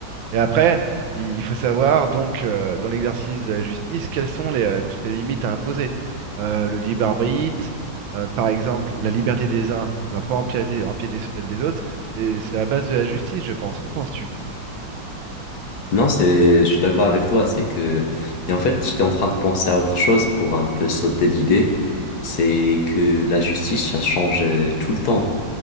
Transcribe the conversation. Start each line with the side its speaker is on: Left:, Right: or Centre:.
Right: Et après, il il faut savoir, donc, euh, dans l'exercice de la justice, quelles sont les, euh, toutes les limites à imposer. Euh, le libre arbitre, euh, par exemple, la liberté des uns ne doit pas empiéter, empiéter sur celle des autres. C'est c'est la base de la justice, je pense. Qu'en penses-tu?
Left: Non, c'est, je suis d'accord avec toi. C'est que, et en fait, j'étais en train de penser à autre chose pour un peu sauter d'idée. C'est que la justice, ça change euh, tout le temps.